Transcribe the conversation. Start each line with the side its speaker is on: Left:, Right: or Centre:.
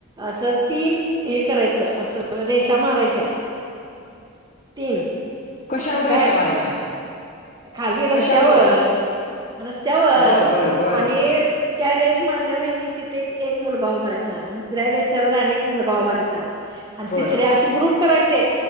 Right: असं तीन हे करायचं असं. रेषा मारायच्या तीन.
Left: कशावर रेषा
Right: काय
Left: मारायच्या.
Right: खाली रस्त्यावर
Left: कशावर
Right: रस्त्यावर
Left: बर बर बर
Right: आणि त्या रेस मारल्यावरही तिथे एक मुलगा उभारयचा. मस्र्या अनेक मुलगा उभायचा आणि
Left: बर
Right: तिसरे असे ग्रुप करायचे.